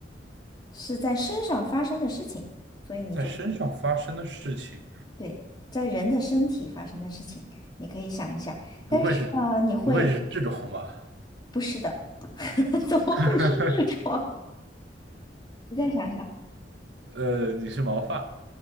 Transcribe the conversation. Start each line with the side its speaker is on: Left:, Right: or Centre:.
Left: 是在身上发生的事情，所以你就可以
Right: 在身上发生的事情，
Left: 对在人的身体发生的事情，你可以想一想。但是呢，
Right: 不会是
Left: 你会
Right: 不会是这种吧？
Left: 不是的，<laughs> 怎么会是痔疮？
Right: <laughs>
Left: 你再想一想，
Right: 呃，你是毛发，